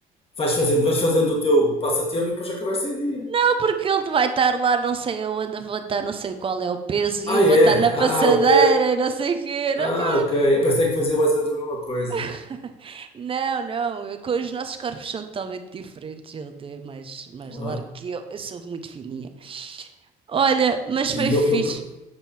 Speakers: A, on the left; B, on the right.
A: Vais fazendo, vais fazendo o teu passatempo e depois a conversa em dia.
B: <laughs> Porque ele vai estar lá, não sei aonde, eu vou estar, não sei qual é o peso, e
A: Ah,
B: eu vou
A: é?
B: estar na passadeira
A: Ah, ok.
B: e não sei o quê.
A: Ah,
B: Não, ca-
A: ok. Eu pensei que fazia mais ou menos a mesma coisa.
B: <laughs> não, não, eu- com os nossos corpos são totalmente diferentes. Ele é mais, mais
A: Ah,
B: largo que eu, eu sou muito fininha. Olha, mas
A: e
B: foi fixe.
A: eu, eu, per-